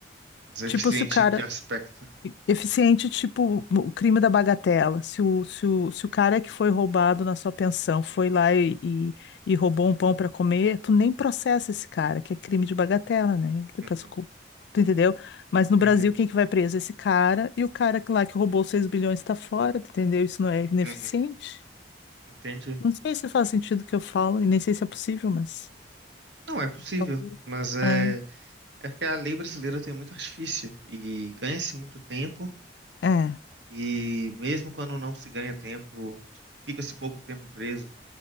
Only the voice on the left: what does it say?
Tipo, se o cara
eficiente, tipo, o crime da bagatela. Se o, se o, se o cara que foi roubado na sua pensão foi lá e, e, e roubou um pão para comer, tu nem processa esse cara, que é crime de bagatela, né? Que
pra- Tu entendeu? Mas
no Brasil, quem que vai preso? Esse cara e o cara que lá que roubou 6 bilhões tá fora, tu entendeu? Isso não é ineficiente?
Não sei se faz sentido o que eu falo e nem sei se é possível, mas.
Talvez.
É,
é,